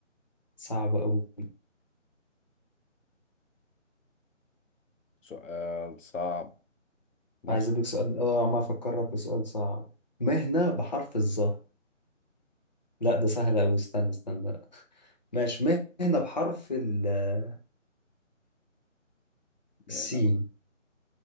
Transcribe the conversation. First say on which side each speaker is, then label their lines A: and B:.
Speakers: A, on the left; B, on the left.
A: صعب أوي
B: سؤال صعب مظبوط
A: عايز اديك سؤال اه عمال افكرك في سؤال صعب مهنة بحرف الظا لا ده سهل اوي استنى استنى ماشي مهنة بحرف ال-
B: بينا
A: السين